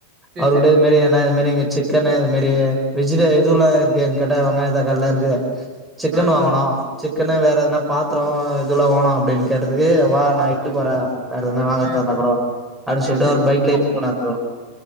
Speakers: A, on the right; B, in the centre.
A: சேரி
B: அவர்ட்ட
A: சேரிங்க
B: இது
A: ப்ரோ
B: மாறி அது மாறி இங்க சிக்கன்னு இது மாறி வெஜில எதுல்லா இருக்கு என் கேட்டா வெங்காய தக்காளி எல்லா இருக்கு சிக்கன்
A: ஆ
B: வாங்கணு சிக்கன்ன வேற எதனா பாத்திரோ இதுலா வாங்கணு அப்டின்னு கேட்டதுக்கு வா நா இட்டு
A: ஒ
B: போறே வேற எதனா வாங்கான்னா
A: ஆ
B: இருந்தா கூட அப்டின்னு
A: சேரி
B: சொல்லிட்டு
A: சேரிங்க
B: அவரு பைக்ல
A: ப்ரோ
B: இட்டு போனரு ப்ரோ